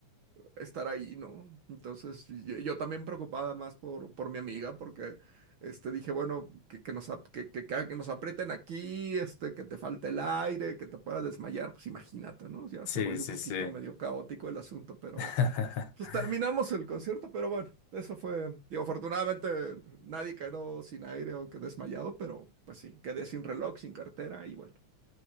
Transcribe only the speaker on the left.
Sí,
sí,
sí.
<laughs>